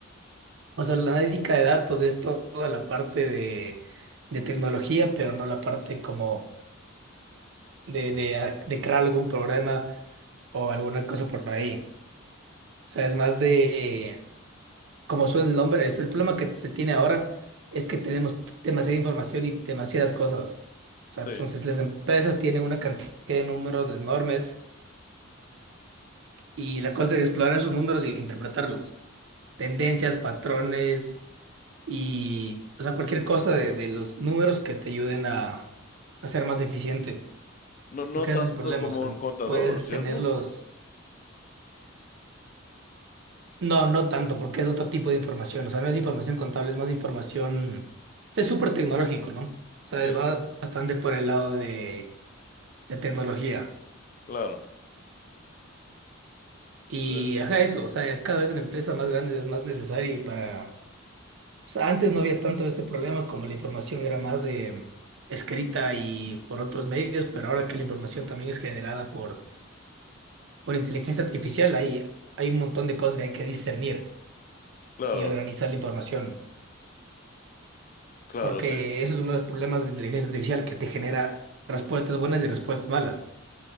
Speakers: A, on the right (about 60°); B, on the left (about 40°).
A: O sea, la analítica de datos es to- toda la parte de, de tecnología, pero no la parte como de, de, a- de crear algún programa o alguna cosa por ahí. O sea, es más de, como suena el nombre, es el problema que se tiene ahora, es que tenemos t- demasiada información y demasiadas cosas. O sea,
B: Sí.
A: entonces las empresas tienen una cantidad de números enormes Y la cosa es explorar esos números e interpretarlos. Tendencias, patrones y, o sea, cualquier cosa de, de los números que te ayuden a, a ser más eficiente.
B: No, no
A: Porque
B: tanto
A: ese es el problema,
B: como
A: o sea,
B: un contador,
A: puedes
B: ¿cierto?
A: tenerlos... No, no tanto, porque es otro tipo de información. O sea, no es información contable, es más información... o sea, Es súper tecnológico, ¿no? O sea,
B: Sí,
A: va bastante por el lado de, de tecnología.
B: claro.
A: Y,
B: Eh,
A: ajá, eso, o sea, cada vez en empresas más grandes es más necesario y para O sea, antes no había tanto ese problema como la información era más de escrita y por otros medios, pero ahora que la información también es generada por, por inteligencia artificial, hay, hay un montón de cosas que hay que discernir
B: Claro,
A: y organizar la información,
B: claro.
A: porque
B: Sí,
A: ese es uno de los problemas de la inteligencia artificial que te genera respuestas buenas y respuestas malas.